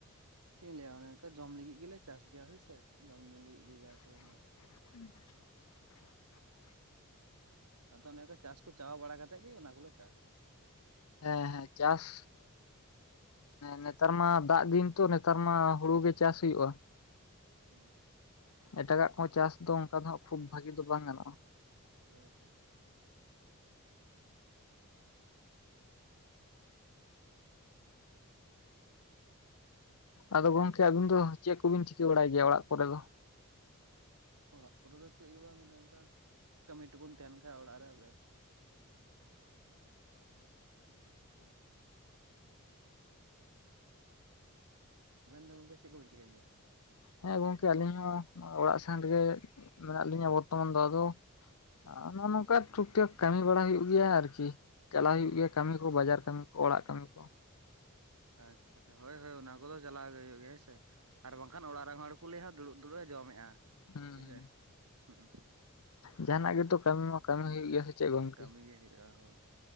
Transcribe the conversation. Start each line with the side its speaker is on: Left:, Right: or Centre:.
Right: ᱪᱮᱫ ᱞᱟᱹᱭᱟ ᱮ ᱚᱱᱠᱟ ᱡᱚᱢ ᱞᱟᱹᱜᱤᱫ ᱜᱮᱞᱮ ᱪᱟᱥ ᱜᱮᱭᱟ ᱦᱳᱭᱥᱮ ᱡᱚᱢ ᱧᱩ ᱜᱮ ᱡᱟ᱾
Left: <unintelligible>
Right: ᱚᱱᱟ ᱟᱫᱚ ᱚᱱᱮ ᱠᱚ ᱪᱟᱥ ᱠᱚ ᱪᱟᱵᱟ ᱵᱟᱲᱟ ᱜᱮ ᱠᱚᱞᱮ ᱪᱟᱥ ᱜᱮᱭᱟ᱾
Left: ᱦᱮᱸ ᱦᱮᱸ ᱪᱟᱥᱼᱼ ᱱᱮᱛᱟᱨ ᱢᱟ ᱫᱟᱜ ᱫᱤᱱ ᱛᱚ ᱱᱮᱛᱟᱨ ᱢᱟ ᱦᱩᱲᱩ ᱜᱮ ᱪᱟᱥ ᱦᱩᱭᱩᱜᱳᱼᱟ᱾
Right: <unintelligible>
Left: ᱮᱴᱟᱜᱟᱜ ᱠᱚ ᱪᱟᱥ ᱫᱚ ᱚᱱᱠᱟ ᱫᱚ ᱦᱟᱜ ᱠᱷᱩᱵ ᱵᱷᱟᱜᱤ ᱫᱚ ᱵᱟᱝ ᱜᱟᱱᱚᱜᱼᱟ᱾
Right: <inaudible>
Left: ᱟᱫᱚ ᱜᱚᱝᱠᱮ ᱟᱵᱤᱱ ᱫᱚ ᱪᱮᱫ ᱠᱚᱵᱤᱱ ᱪᱤᱠᱟᱹ ᱵᱟᱲᱟᱭ ᱜᱮᱭᱟ ᱚᱲᱟᱜ ᱠᱚᱨᱮ ᱫᱚ᱾
Right: ᱚᱲᱟᱜ ᱠᱚᱨᱮ ᱫᱚ ᱪᱮᱫ ᱜᱮ ᱵᱟᱝ ᱚᱱᱮ ᱚᱱᱠᱟ ᱠᱟᱹᱢᱤ ᱴᱩᱠᱩᱱ ᱛᱟᱦᱮᱱ ᱠᱷᱟᱱ ᱚᱲᱟᱜ ᱨᱮ ᱵᱮᱥ, <unintelligible> ᱢᱮᱱ ᱮᱫᱟ ᱜᱚᱝᱠᱮ ᱪᱮᱫ ᱠᱚᱵᱤᱱ ᱪᱤᱠᱟᱹᱭ ᱜᱮᱭᱟ᱾
Left: ᱦᱮᱸ ᱜᱚᱝᱠᱮ ᱟᱹᱞᱤᱧ ᱦᱚᱸ ᱚᱲᱟᱜ ᱥᱮᱱ ᱨᱮᱜᱮ ᱢᱮᱱᱟᱜ ᱞᱤᱧᱟ ᱵᱚᱨᱛᱚᱢᱟᱱ ᱫᱚ ᱟᱫᱚ᱾ ᱚᱱᱮ ᱱᱚᱝᱠᱟ ᱴᱷᱩᱠ ᱴᱷᱟᱠ ᱠᱟᱹᱢᱤ ᱵᱟᱲᱟ ᱦᱩᱭᱩᱜ ᱜᱮᱭᱟ ᱟᱨᱠᱤ᱾ ᱪᱟᱞᱞᱟᱣ ᱦᱩᱭᱩᱜ ᱜᱮᱭᱟ ᱠᱟᱹᱢᱤ ᱠᱚ ᱵᱟᱡᱟᱨ ᱠᱟᱹᱢᱤ ᱠᱚ ᱚᱲᱟᱜ ᱠᱟᱹᱢᱤ ᱠᱚ᱾
Right: ᱟᱪᱪᱷᱟ ᱦᱳᱭ ᱦᱳᱭ ᱚᱱᱟ ᱠᱚᱫᱚ ᱪᱟᱞᱟᱣ ᱜᱮ ᱦᱩᱭᱩᱜ ᱜᱮᱭᱟ ᱦᱮᱸ ᱥᱮ᱾ ᱟᱨ ᱵᱟᱝᱠᱷᱟᱱ ᱚᱲᱟᱜ ᱨᱮᱱ ᱦᱚᱲ ᱠᱚ ᱞᱟᱹᱭᱟ ᱫᱩᱲᱩᱵ ᱫᱩᱲᱩᱵ ᱮ ᱡᱚᱢᱮᱫᱼᱟ
Left: ᱦᱩᱸ
Right: ᱦᱮᱭᱥᱮ
Left: ᱦᱩᱸ
Right: ᱦᱩᱸ᱾
Left: ᱡᱟᱦᱟᱱᱟᱜ ᱜᱮᱛᱚ ᱠᱟᱹᱢᱤ ᱢᱟ ᱠᱟᱹᱢᱤ ᱦᱩᱭᱩᱜ ᱜᱮᱭᱟ᱾ ᱪᱮᱫ ᱜᱚᱝᱠᱮ
Right: ᱠᱟᱹᱢᱤ ᱜᱮ ᱦᱩᱭᱩᱜᱼᱟ ᱦᱳᱭ